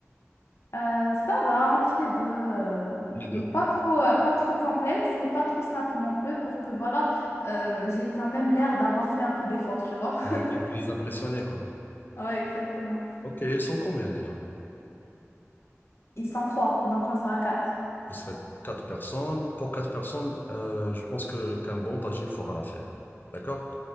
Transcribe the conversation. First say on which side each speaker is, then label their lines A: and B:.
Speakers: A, on the left (about 60°); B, on the left (about 40°).
A: Euh, ça va, entre les deux, euh,
B: Les deux.
A: pas trop, euh, pas trop complexe, mais pas trop simple non plus pour que, voilà, euh, j'ai quand même l'air d'avoir fait un peu d'effort, tu vois.
B: Euh,
A: <laughs>
B: tu veux les impressionner, quoi.
A: Ouais, exactement.
B: Ok, ils sont combien déjà?
A: Ils sont trois, donc on sera quatre.
B: Vous serez quatre personnes. Pour quatre personnes, euh, je pense que qu'un bon tagine fera l'affaire. D'accord?